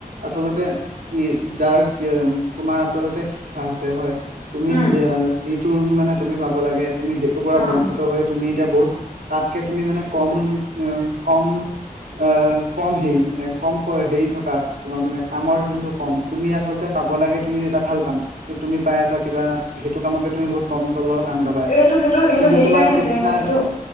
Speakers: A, on the right (about 80°); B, on the left (about 70°).
A: আচলতে কি যাৰ তোমাৰ আচলতে শিক্ষা আছে হয় তুমি
B: উম
A: যে যিটো মানে তুমি পাব লাগে তুমি সেইটোৰ পৰা
B: অ
A: বঞ্চিত
B: উম
A: হৈ তুমি এতিয়া বহুত তাতকে তুমি মানে কম কম আহ কম হে মানে কম হেৰি থকা তোমাৰ মানে কামৰ যোনটো কম তুমি আচলতে পাব লাগে তুমি এটা ভাল কাম তুমি পাই আছা কিবা সেইটো কামতকে তুমি বহুত কম তলৰ কাম এটা পাই আছা
B: এইটো সেইটো সেইটো
A: কিন্তু
B: হেৰি
A: তোমাৰ
B: কাৰণে
A: শিক্ষা
B: আছে এইটো